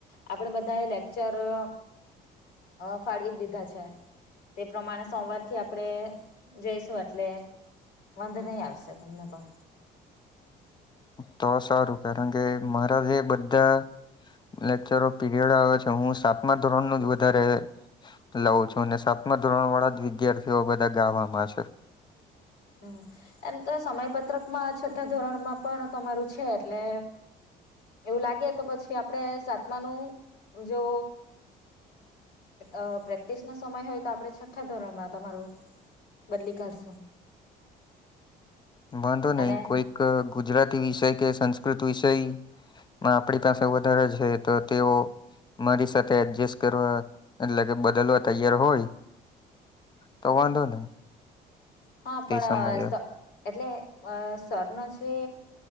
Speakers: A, on the left (about 75°); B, on the left (about 25°).
A: આપડે બધા એ લેક્ચર અ અ ફાળવી જ દીધા છે તે પ્રમાણે સોમવારથી આપડે જયેશવર એટલે વાંધો નહી આવી શકે તમને પણ.
B: તો સારું કારણ કે મારા જે બધા લેક્ચરો પીરિયડ આવે છે હું સાતમા ધોરણ નું જ વધારે લઉં છું અને સાતમા ધોરણ વાળા જ વિદ્યાર્થીઓ બધા ગાવામાં છે.
A: હમ એમ તો સમય પત્રકમાં છઠ્ઠા ધોરણમાં પણ તમારું છે એટલે એવું લાગે તો પછી આપડે સાતમાનું જો અ પ્રેક્ટિસ નો સમય હોય તો આપડણે છઠ્ઠા ધોરણમાં તમારું બદલી કાઢસું.
B: વાંધો નહી
A: અને
B: કોઈક ગુજરાતી વિષય કે સંસ્કૃત વિષય આપણી પાસે વધારે છે તો તેઓ મારી સાથે એડજસ્ટ કરવા એટલે કે બદલવા તૈયાર હોય તો વાંધો નહી.
A: હા
B: તે
A: પણ
B: સમયે
A: એટલે અ સરનો જે.